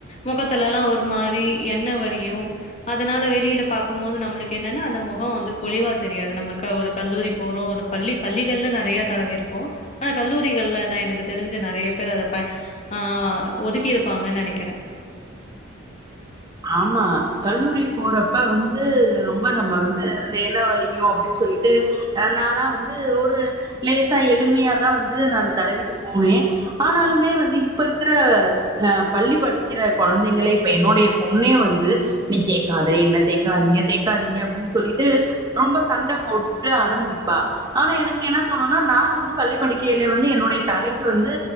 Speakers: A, on the left; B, on the right.
A: மொகத்துலலாம் ஒரு மாரி எண்ண வழியும் அதனால வெளியில பாக்கும்மோது நம்மளுக்கு என்னன்னா அந்த மொகம் வந்து பொலிவா தெரியாது நமக்கா ஒரு கல்லூரி போறோ ஒரு பள்ளி பள்ளிகள்ல நா நெறையா தடவி இருப்போ ஆனா கல்லூரிகள்ல நா எனக்கு தெரிஞ்ச நெறைய பேர் அத ஆஹ் ஒதுக்கி இருப்பாங்கன்னு நெனைக்கிறே
B: ஆமா கல்லூரி போறப்ப வந்து ரொம்ப நம்ம வந்து இந்த எண்ண வழியு அப்டின்னு சொல்லிட்டு ஆஹ் நாலா வந்து ஒரு லேசா எளிமையாதா வந்து நானு தடவிட்டு போனே ஆனாலுமே வந்து இப்ப இருக்குற ஆஹ் பள்ளி படிக்கிற கொழந்திங்களே இப்ப என்னுடைய பொண்ணே வந்து நீ தேக்காத எண்ண தேக்காதீங்க தேக்காதீங்க அப்டின்னு சொல்லிட்டு ரொம்ப சண்ட போட்டு அடம்பிடிப்பா ஆனா எனக்கு என்ன தோணும்னா நா வந்து பள்ளி படிக்கையில வந்து என்னுடைய தலைக்கு வந்து